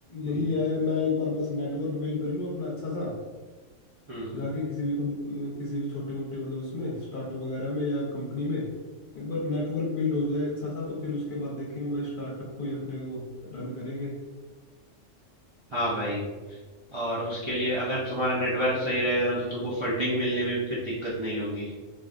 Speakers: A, on the right; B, on the left.
A: हम्म
B: यही है मैं एक बार बस नेटवर्क बिल्ड कर लूँ अपना अच्छा सा
A: हम्म हम्म।
B: जाके किसी भी कम किसी भी छोटे मोटे मतलब उसमें स्टार्टअप वगैरह में या कंपनी में एक बार नेटवर्क बिल्ड हो जाए अच्छा सा तो फिर उसके बाद देखेंगे भाई स्टार्टअप को ही अपने वो रन करेंगे
A: हाँ भाई और उसके लिए अगर तुम्हारा नेटवर्क सही रहेगा ना तो तुमको फंडिंग मिलने में भी फिर दिक्कत नहीं होगी